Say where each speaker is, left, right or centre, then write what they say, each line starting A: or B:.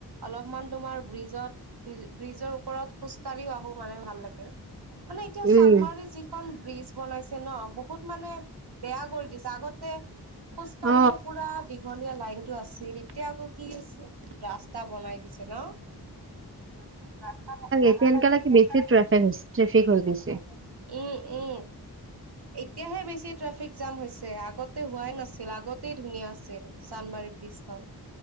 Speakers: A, on the right (about 75°); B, on the right (about 30°).
A: অলপমান তোমাৰ ব্ৰিজত। ব্ৰিজৰ ওপৰত খোজ কাঢ়িও আহো মানে ভাল লাগে মানে এতিয়া
B: উম
A: চানমাৰি যি যিখন ব্ৰিজ বনাইছে ন বহুত মানে বেয়া কৰি দিছে আগতে খোজ কাঢ়িব
B: অ
A: পোৰা দীঘলীয়া লাইনটো আছিল এতিয়া আকৌ কি ৰাস্তা বনাই দিছে ন। ৰাস্তা ভাল নালাগে
B: এতিয়া এনেকা লাগে
A: এতিয়া
B: বেছি ট্ৰেফিক হৈছে ট্ৰেফিক হৈ গৈছে
A: <unintelligible> উম উম। এতিয়াহে বেছি ট্ৰেফিক জাম হৈছে আগতে হোৱাই নাছিল আগতেই ধুনীয়া আছিল। চানমাৰি ব্ৰিজখন।